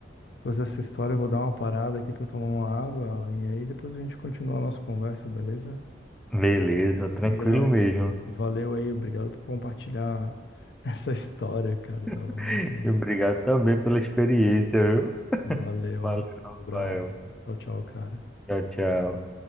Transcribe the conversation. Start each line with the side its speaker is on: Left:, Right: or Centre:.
Left: depois dessa história eu vou dar uma parada aqui pra eu tomar uma água, Alan, e aí depois a gente continua a nossa conversa, beleza?
Centre: Beleza, tranquilo
Left: Grande.
Centre: mesmo.
Left: Valeu aí, obrigado por compartilhar <laughs> essa história, cara. Tava
Centre: <laughs>
Left: muito.
Centre: E Obrigado também pela experiência, viu?
Left: Valeu,
Centre: Valeu,
Left: Alan. um abraço.
Centre: Rafael.
Left: Tchau, tchau, cara.
Centre: Tchau, tchau.